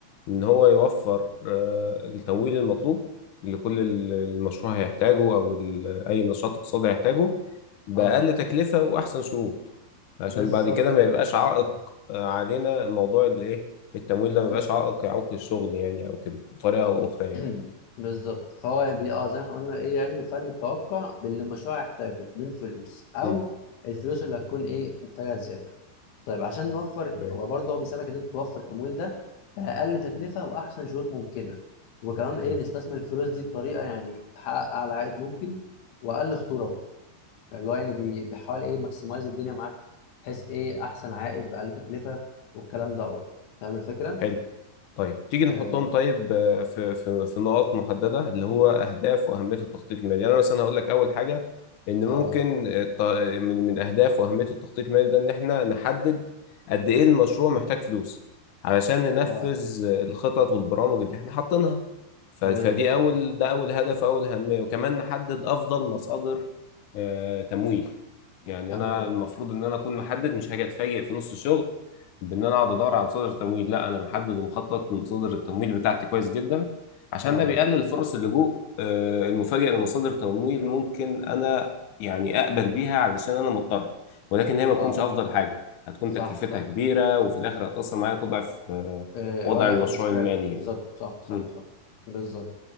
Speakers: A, on the left (about 65°); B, on the left (about 85°).
A: إن هو يوفر آه، التمويل المطلوب لكل ال- المشروع هيحتاجه أو ال- أي نشاط اقتصادي هيحتاجه بأقل
B: اه
A: تكلفة وأحسن شروط عشان
B: بالظبط
A: بعد كده
B: كده
A: ما يبقاش عائق
B: <clears throat>
A: آه، علينا موضوع الإيه التمويل ده
B: بالظبط
A: ما يبقاش عائق يعوق الشغل يعني أو كده بطريقة أو أخرى يعني
B: <clears throat> بالظبط فهو يعني بي اه زي ما احنا قلنا ايه علم وفن التوقع باللي المشروع يحتاجه من فلوس او
A: مم.
B: الفلوس اللي هتكون ايه محتاجها زياده طيب عشان نوفر
A: تمام
B: وبرضه هو بيساعدك ان انت توفر التمويل ده باقل تكلفه واحسن شروط ممكنه وكمان ايه
A: مم.
B: نستثمر الفلوس دي بطريقه يعني تحقق اعلى عائد ممكن واقل خطوره برضه اللي هو يعني بي- بيحاول ايه ماكسمايز الدنيا معاك بحيث ايه احسن عائد باقل تكلفه والكلام دوت فاهم الفكره؟
A: حلو طيب تيجي نحطهم
B: اه
A: طيب آه، في في في نقاط محدده اللي هو اهداف واهميه التخطيط المالي يعني انا مثلا هقول لك اول حاجه ان
B: اه,
A: ممكن آه، الت- من من اهداف واهميه التخطيط المالي ده ان احنا نحدد قد ايه المشروع محتاج فلوس علشان ننفذ
B: آه.
A: آه، الخطط والبرامج اللي احنا حاطينها ف-
B: تمام
A: فدي
B: آه.
A: اول ده اول هدف واول اهميه وكمان نحدد افضل مصادر آه، تمويل يعني
B: تمام
A: انا المفروض ان انا اكون محدد مش هاجي اتفاجئ في نص الشغل بان انا اقعد ادور على مصادر تمويل لا انا محدد ومخطط لمصادر التمويل بتاعتي كويس جدا عشان
B: اه
A: ده بيقلل فرص اللجوء آه، المفاجئ لمصادر تمويل ممكن انا يعني اقبل بيها علشان انا مضطر ولكن هي ما
B: اه
A: تكونش افضل حاجه هتكون
B: صح
A: تكلفتها
B: صح
A: كبيره وفي الاخر هتاثر معايا تضعف آه،
B: آه.
A: وضع
B: ولا
A: المشروع
B: المشروع
A: المالي
B: بالظبط
A: يعني
B: صح صح
A: مم.
B: صح بالظبط